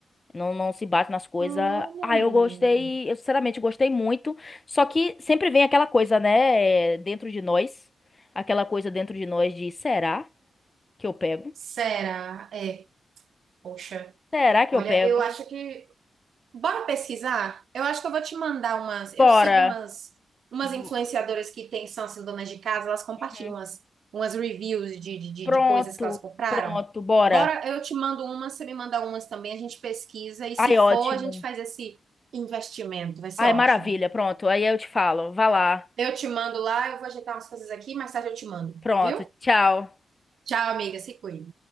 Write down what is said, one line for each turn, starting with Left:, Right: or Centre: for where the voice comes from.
Left: Não, não se bate nas coisas.
Right: olha,
Left: Ah,
Right: menina.
Left: eu gostei, eu sinceramente gostei muito. Só que sempre vem aquela coisa, né, é, dentro de nós. Aquela coisa dentro de nós de será que eu pego?
Right: Será? É, poxa.
Left: Será que
Right: Olha,
Left: eu pego?
Right: eu acho que Bora pesquisar? Eu acho que eu vou te mandar umas.
Left: Bora.
Right: Eu sigo umas, umas
Left: Bo-
Right: influenciadoras que têm, são assim, donas de casa, elas compartilham
Left: Uhum.
Right: umas, umas reviews de, de, de
Left: Pronto,
Right: de coisas que elas compraram.
Left: pronto, bora.
Right: Bora, eu te mando umas, você me manda umas também, a gente pesquisa e
Left: Ai,
Right: se
Left: ótimo.
Right: for, a gente faz esse investimento, vai ser
Left: Ai,
Right: ótimo.
Left: maravilha, pronto. Aí eu te falo, vá lá.
Right: Eu te mando lá, eu vou ajeitar umas coisas aqui, mais tarde eu te mando,
Left: Pronto,
Right: viu?
Left: tchau.
Right: Tchau, amiga, se cuida.